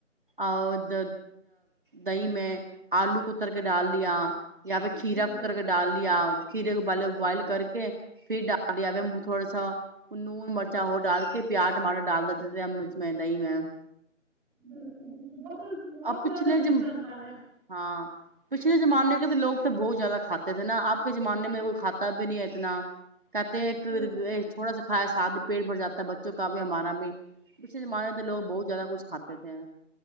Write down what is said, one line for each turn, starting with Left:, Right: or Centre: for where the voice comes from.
Right: اورد دہی میں آلو کتر کے ڈال لیا
Centre: جی
Right: یا پہ کھیرا
Centre: جی جی
Right: کتر کے ڈال لیا کھیرے کو بوائل کر کے پھر ڈال دیا تھوڑا سا نون مرچا ہو ڈال کے پیاز ٹماٹر ڈال دیتے تھ مرچ میںا ہی میں
Centre: بالکل بالکل جی بہت
Right: اب پچھلے
Centre: زیادہ لذیذ
Right: ج
Centre: بنتا ہے
Right: ہاں پچھلے زمانے کے تو لوگ تو بہت زیادہ کھاتے تھے نا اب کے زمانے میںیرے کوئی کاتا بھی نہیں ہے اتنا کہتے ایک
Centre: ہے
Right: چھوٹا سا کایا ساد پیٹ بھر جاتا ہے بچوں کا بھی ہمارا بھی پچھلےمانے لوگ بہت زیادہ کچھات ہیں کیا <unintelligible>